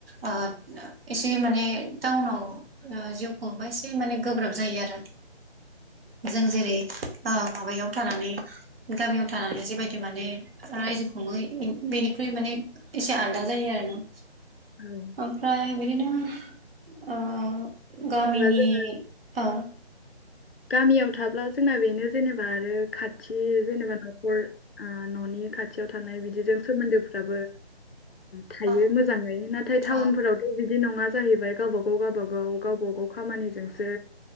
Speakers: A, on the right; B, on the left.
A: आ एसे माने टाउनाव जिउखौबा एसे माने गोब्राब जायो आरो। जों जेरै माबायाव थानानै गामियाव थानानै जिबायदि माने रायजो खुङो बेनि ख्रुय माने एसे आनदा जायो आरो ना।
B: औ
A: ओमफ्राय बिदिनो आ गामिनि
B: जेनेबा जों
A: औ
B: गामियाव थाब्ला जोंना बेनो जेनेबा आरो खाथि जेनेबा न'खर आ न'नि खाथियाव थानाय बिदिजों सोमोन्दोफ्राबो थायो
A: औ
B: मोजाङै नाथाय टाउनफोराव'
A: औ
B: बिदि नङा जाहैबाय गावब गाव गावब गाव गावब गाव खामानिजोंसो